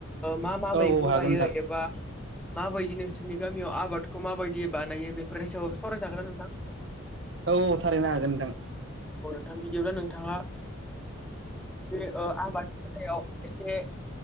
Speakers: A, in the centre; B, on the right (about 60°).
A: मा-मा मैगं
B: औ औ हागोन
A: गायो
B: नोंथां
A: एबा माबायदिनोसो जोंनि गामियाव आबादखौ माबायदि बानायो बेफोरनि सायाव सावराय थागोन्रा नोंथां।
B: औ-औ थारैनो हागोन नोंथां।
A: आ बिदिब्ला नोंथाङा बे ओ आबादनि सायाव एसे